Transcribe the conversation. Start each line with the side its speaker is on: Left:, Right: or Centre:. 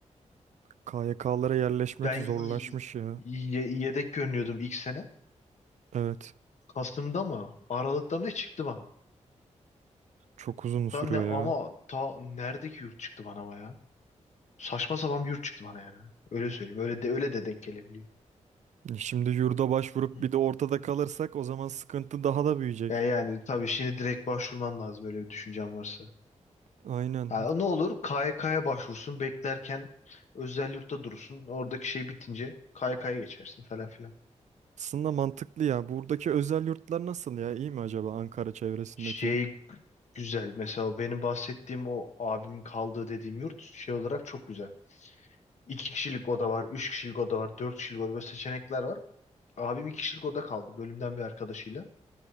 Right: KYK'lara yerleşmek
Left: Ben
Right: zorlaşmış
Left: y-
Right: ya.
Left: y- yedek görünüyordum ilk sene.
Right: Evet
Left: Kasım'da mı? Aralık'ta mı ne çıktı bana?
Right: çok uzun sürüyor
Left: Ta ne ama
Right: ya.
Left: ta neredeki yurt çıktı bana ama ya. Saçma sapan bir yurt çıktı bana yani. Öyle söyleyeyim. Öyle de öyle de denk gelebiliyor.
Right: Şimdi yurda başvurup
Left: Hı.
Right: bir de ortada kalırsak o zaman sıkıntı daha da büyüyecek.
Left: Yani, yani tabii şimdi direkt başvurman lazım öyle bir düşüncen varsa.
Right: Aynen.
Left: Ha, ne olur KYK'ya başvursun beklerken özel yurtta durursun. Oradaki şey bitince KYK'ya geçersin falan filan.
Right: Aslında mantıklı ya. Buradaki özel yurtlar nasıl ya? İyi mi acaba Ankara çevresindeki?
Left: Şey güzel mesela o benim bahsettiğim o abimin kaldığı dediğim yurt şey olarak çok güzel. İki kişilik oda var, üç kişilik oda var, dört kişilik oda böyle seçenekler var. Abim iki kişilik oda kaldı bölümden bir arkadaşıyla.